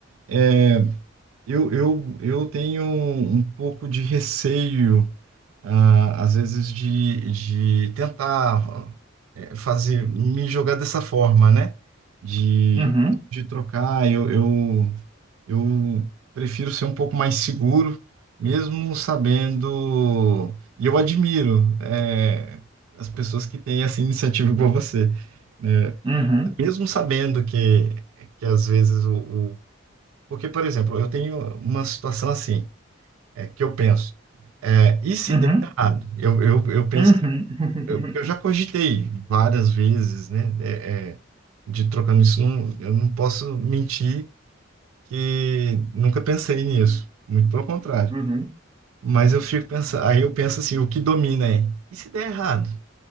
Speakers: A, on the right; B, on the right.
A: é, eu, eu, eu tenho um pouco de receio, ah, às vezes, de, de tentar eh, fazer, me jogar dessa forma, né? De,
B: Uhum,
A: de trocar, eu, eu eu prefiro ser um pouco mais seguro, mesmo sabendo. E eu admiro, é, as pessoas que têm essa iniciativa igual você, né?
B: uhum,
A: Mesmo sabendo que, que às vezes o, o- Porque, por exemplo, eu tenho uma situação assim, é, que eu penso, é, e se
B: uhum,
A: der errado? Eu, eu, eu penso,
B: uhum,
A: eu, eu já
B: <laughs>
A: cogitei várias vezes, né? é, é, de trocando isso, não, eu não posso mentir que nunca pensei nisso, muito pelo contrário.
B: uhum.
A: Mas eu fico pensando, aí eu penso assim, o que domina é, e se der errado?